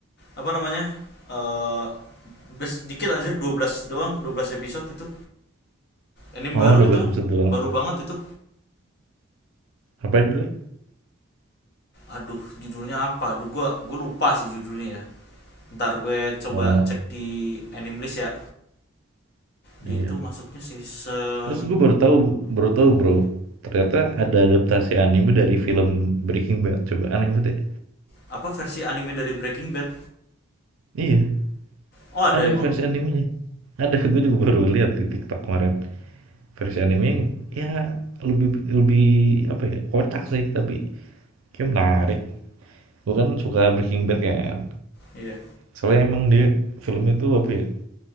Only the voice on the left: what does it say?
apa namanya? Eh bes- dikit anjir 12 doang, 12 episode itu. Anime
baru
itu,
baru banget itu.
Aduh, judulnya apa? Aduh, gua gue lupa sih judulnya ya. Ntar gue coba
cek di anime list ya. Di
itu masuknya season
apa versi anime dari Breaking Bad.
Oh, ada
emang.
Oh,
Iya.